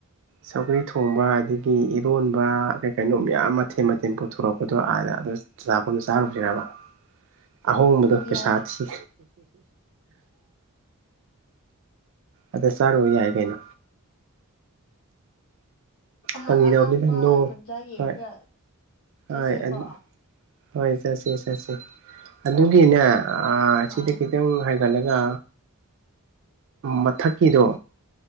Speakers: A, on the right; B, on the left.
A: ꯁꯧꯒꯔꯤ ꯊꯣꯡꯕ ꯑꯗꯒꯤ ꯏꯔꯣꯟꯕ ꯀꯩ ꯀꯩꯅꯣ ꯃꯌꯥꯝ ꯃꯊꯦꯜ ꯃꯊꯦꯜ ꯄꯨꯊꯣꯔꯛꯄꯗꯣ ꯑꯥꯗ ꯑꯗ ꯆꯆꯥꯥꯛꯄꯗ ꯆꯥꯔꯨꯁꯤꯅꯕ
B: <inaudible>
A: ꯑꯍꯣꯡꯕꯗꯣ ꯄꯩꯁꯥ
B: ꯌꯥꯏ
A: ꯊꯤ ꯑꯗ ꯆꯥꯔꯨꯕ ꯌꯥꯏ ꯀꯩꯅꯣ
B: ꯑꯍꯥ
A: ꯐꯪꯒꯤꯗꯅꯤ
B: ꯑꯍꯥꯡꯕ
A: ꯅꯗꯣ
B: ꯇꯟꯖꯥ ꯌꯦꯡꯉꯒ
A: ꯍ ꯍ
B: ꯆꯠꯁꯤꯀꯣ
A: ꯑꯗꯨ ꯍꯣꯏ ꯆꯠꯁꯤꯦ ꯆꯠꯁꯤꯦ ꯑꯗꯨꯒꯤꯅꯦ ꯁꯤꯗ
B: ꯑꯥ
A: ꯈꯤꯇꯪ ꯍꯥꯏꯒꯠꯂꯒ ꯃꯊꯛꯀꯤꯗꯣ